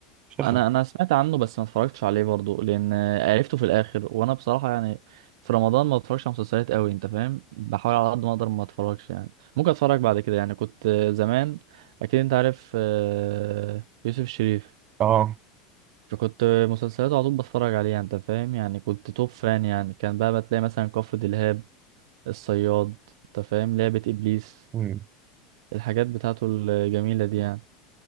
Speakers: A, on the right; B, on the right.
A: مش عارف
B: انا انا سمعت عنه بس ما اتفرجتش عليه برضو لان عرفته في الاخر وانا بصراحه يعني في رمضان ما بتفرجش على مسلسلات قوي انت فاهم بحاول على قد ما اقدر ما اتفرجش يعني ممكن اتفرج بعد كده يعني كنت زمان اكيد انت عارف آه، يوسف الشريف
A: اه
B: فكنت مسلسلاته على طول بتفرج عليها انت فاهم يعني كنت توب فان يعني كان بقى بتلاقي مثلا كفر دلهاب الصياد انت فاهم لعبه ابليس
A: مم.
B: الحاجات بتاعته الجميلة دي يعني